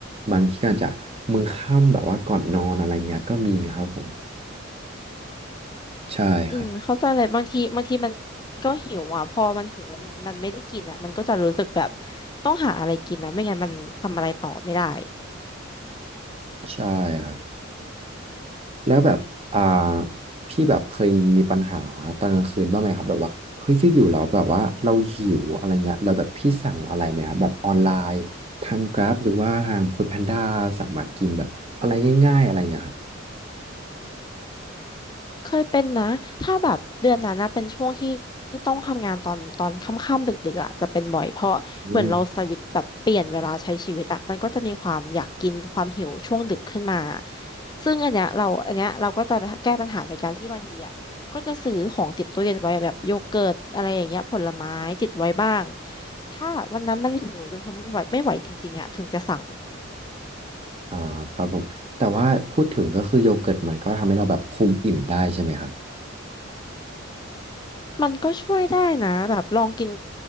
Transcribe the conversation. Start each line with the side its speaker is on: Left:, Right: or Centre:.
Right: บางทีก็อาจจะมื้อค่ำแบบว่าก่อนนอนอะไรเงี้ยก็มีครับผมใช่ครับ
Left: อืมเข้าใจเลยบางทีบางทีมันก็หิวอ่ะพอมันหิวแล้วมันไม่ได้กินอ่ะมันก็จะรู้สึกแบบต้องหาอะไรกินนะไม่งั้นมันทำอะไรต่อไม่ได้
Right: ใช่ครับ แล้วแบบอ่าพี่แบบเคยมีปัญหาตอนกลางคืนบ้างไหมครับแบบว่าเฮ้ยอยู่ๆเราแบบว่าเราหิวอะไรเงี้ยแล้วแบบพี่สั่งอะไรไหมครับแบบออนไลน์ทาง Grab หรือว่าทาง Food Panda สั่งมากินแบบอะไรง่ายๆอะไรเงี้ยครับ
Left: เคยเป็นนะถ้าแบบเดือนนั้นนะเป็นช่วงที่ที่ต้องทำงานตอนตอนค่ำๆดึกๆอ่ะจะเป็นบ่อยเพราะเหมือนเราสวิตช์แบบเปลี่ยนเวลาใช้ชีวิตอ่ะมันก็จะมีความอยากกินความหิวช่วงดึกขึ้นมา
Right: อืม
Left: ซึ่งอันเนี้ยเราอันเนี้ยเราก็จะไปแก้ปัญหาโดยการที่บางทีอ่ะก็จะซื้อของติดตู้เย็นไว้แบบโยเกิร์ตอะไรอย่างเงี้ยผลไม้ติดไว้บ้างถ้าวันนั้นมันหิวจนทนไม่ไหวไม่ไหวจริงๆอ่ะถึงจะสั่ง
Right: อ่าครับผมแต่ว่าพูดถึงก็คือโยเกิร์ตมันก็ทำให้เราแบบคุมอิ่มได้ใช่ไหมครับ
Left: มันก็ช่วยได้นะแบบลองกิน